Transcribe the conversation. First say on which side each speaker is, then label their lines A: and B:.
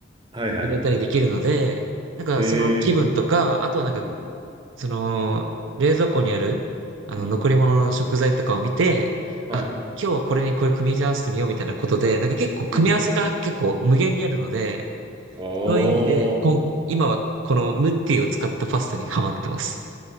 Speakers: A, on the right; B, on the right.
A: はいはい。
B: 入れたりできるので、なんかその気分とか、
A: ええ。
B: あとはなんか
A: うん。
B: その、冷蔵庫にある、あの、
A: うん。
B: 残り物の食材とかを見て、
A: はい。
B: あ、今日はこれにこれ組み合わせてみようみたいなことで、なんか結構組み合わせが結構無限にあるので、
A: うん。ああ。
B: そういう意味で、今今はこのムッティを使ったパスタにハマってます。